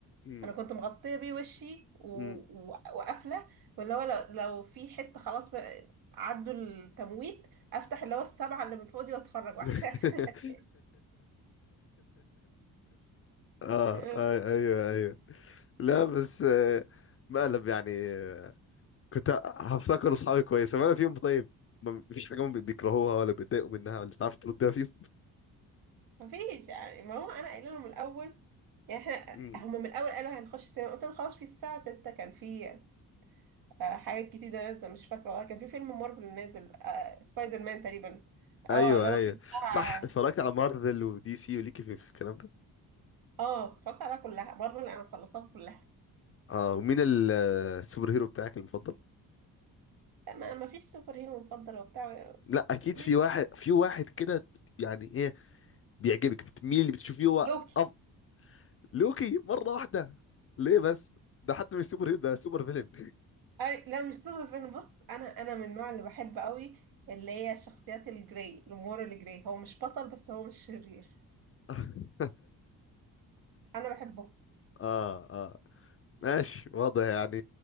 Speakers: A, on the left; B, on the right.
A: م-
B: انا كنت مغطيه بيه وشي و...
A: م.
B: و... وقافله واللي هو لو... لو في حته خلاص بقى عدوا التمويت افتح اللي هو السبعه اللي من فوق دي واتفرج وبعد
A: <laughs>
B: كده أقفل.
A: اه
B: <laughs>
A: آه، ايوه ايوه لا بس آه، مقلب يعني آه، كنت هفتكر اصحابي كويس ولا فيهم طيب ما فيش حاجه هم بيكرهوها ولا بيتضايقوا منها ولا تعرف تردها فيهم
B: مفيش يعني ما هو انا قايله لهم من الاول يعني
A: م.
B: احنا هم من الاول قالوا هنخش سينما قلت لهم خلاص في الساعه 6 كان في آه، حاجات كتير نازله مش فاكره والله كان في فيلم مارفل نازل آه، سبايدر مان تقريبا
A: ايوه
B: اه اللي هو
A: ايوه
B: كان بتاع
A: صح اتفرجت على مارفل ودي سي وليكي في في الكلام ده
B: اه اتفرجت عليها كلها مارفل انا مخلصاها كلها
A: اه ومين ال- السوبر هيرو بتاعك المفضل
B: لا ما ما فيش سوبر هيرو مفضل وبتاع
A: لا اكيد
B: مفيش.
A: في واحد في واحد كده بت- يعني ايه بيعجبك بتميل اللي بتشوفيه هو
B: لوكي
A: افضل لوكي مره واحده ليه بس ده حتى مش سوبر هيرو ده سوبر فيلن
B: اي لا مش سوبر هيرو بص انا انا من النوع اللي بحب قوي اللي هي الشخصيات الجراي الامور الجراي هو مش بطل بس هو مش شرير
A: <laughs>
B: انا بحبه
A: اه اه ماشي واضح يعني